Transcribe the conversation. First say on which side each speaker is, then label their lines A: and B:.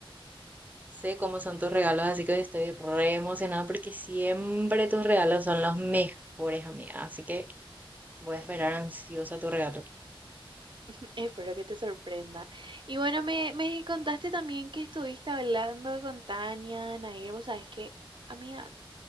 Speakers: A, on the right; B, on the right.
A: Sé cómo son tus regalos, así que estoy re emocionada porque siempre tus regalos son los mejores, amiga. Así que voy a esperar ansiosa tu regalo.
B: <laughs> Espero que te sorprenda. Y bueno, me, me contaste también que estuviste hablando con Tania, Nair. Vos sabés que, amiga,